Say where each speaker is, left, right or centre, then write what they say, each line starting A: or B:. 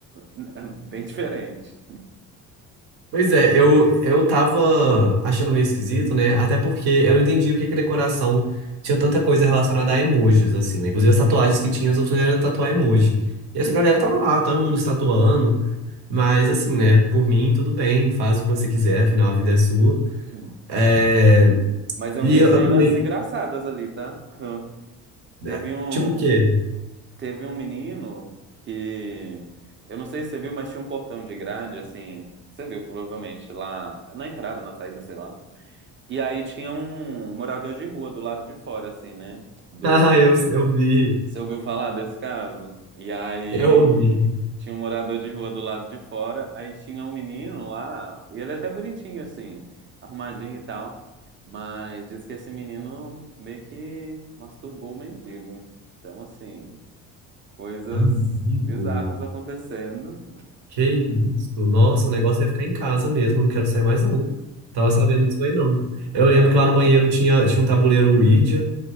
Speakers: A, on the right; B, on the right.
A: <laughs> bem diferente.
B: pois é, eu, eu tava achando meio esquisito, né? Até porque eu não entendi porque que a decoração tinha tanta coisa relacionada a emojis, assim, né? Inclusive as tatuagens que tinha, as opções era tatuar emoji. E essa
A: Hum,
B: galera tava lá, todo mundo se tatuando. Mas assim, né? Por mim, tudo bem, faz o que você quiser, afinal a vida é sua.
A: hum,
B: É,
A: hum. Mas eu
B: E
A: vi
B: eu,
A: cenas
B: eu também.
A: engraçadas ali, tá? <laughs> Teve
B: é,
A: um,
B: Tipo o quê? <laughs>
A: teve um menino que eu não sei se você viu, mas tinha um portão de grade assim, você viu provavelmente lá na entrada, na saída, sei lá. E aí tinha um morador de rua do lado de fora assim, né? Do
B: Ah, eu, eu vi.
A: Você ouviu falar desse caso? E aí
B: Eu vi.
A: tinha um morador de rua do lado de fora, aí tinha um menino lá, e ele é até bonitinho assim, arrumadinho e tal, mas diz que esse menino meio que masturbou o mendigo. Então, assim, coisas
B: Amigo.
A: bizarras acontecendo.
B: Que isso? Nossa, o negócio é ficar em casa mesmo, eu não quero sair mais não. Tava sabendo disso aí não. Eu lembro
A: É.
B: que lá no banheiro tinha, tinha um tabuleiro Ouija